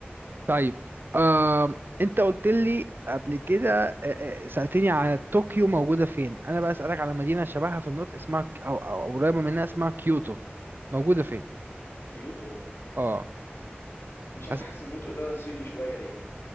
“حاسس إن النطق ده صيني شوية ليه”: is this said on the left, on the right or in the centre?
Left